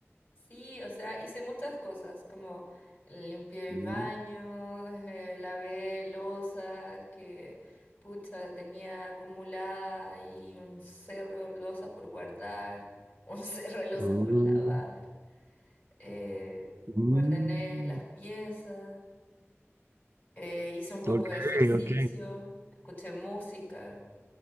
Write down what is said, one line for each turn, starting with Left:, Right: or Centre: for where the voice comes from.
Left: Sí, o sea, hice muchas cosas, como limpié el
Right: Mm,
Left: baño, eh, lavé loza que pucha tenía acumulada y un cerro de loza por guardar, un <laughs> cerro de loza
Right: mm,
Left: por lavar. Eh,
Right: mm.
Left: ordené las piezas, eh, hice un poco
Right: Ok,
Left: de ejercicio,
Right: ok.
Left: escuché música.